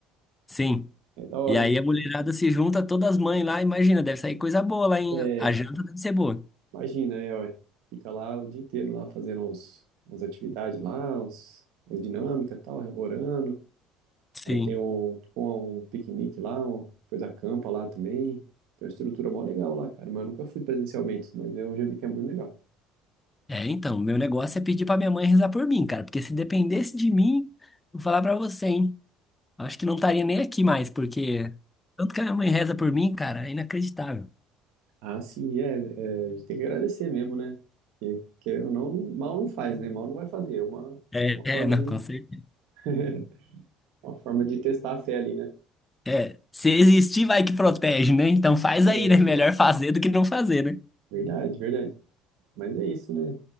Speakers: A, on the left (about 15°); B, on the right (about 75°).
A: Sim.
B: É da hora.
A: E aí a mulherada se junta, todas as mães lá, imagina, deve sair coisa boa lá, hein?
B: é
A: A janta deve ser boa.
B: Imagina, é, ué. Fica lá o dia inteiro lá fazendo uns, uns atividades lá, uns, uns dinâmica e tal, orando.
A: Sim.
B: Aí tem um, tipo, um piquenique lá, um, depois acampa lá também. Tem uma estrutura mó legal lá, cara, mas eu nunca fui presencialmente, mas eu já vi que é muito legal.
A: É, então, meu negócio é pedir pra minha mãe rezar por mim, cara, porque se dependesse de mim, vou falar pra você, hein? Acho que não estaria nem aqui mais, porque tanto que a minha mãe reza por mim, cara, é inacreditável.
B: Ah, sim, é, é, a gente tem que agradecer mesmo, né? Porque, querendo ou não, não- mal não faz, né? Mal não vai fazer, é uma,
A: É,
B: uma forma
A: é, não,
B: de,
A: com certeza.
B: <laughs> uma forma de testar a fé ali, né?
A: É, se existir, vai que protege, né? Então faz
B: É,
A: aí, né? Melhor
B: é
A: fazer do que não fazer, né?
B: verdade, verdade. Mas é isso, né?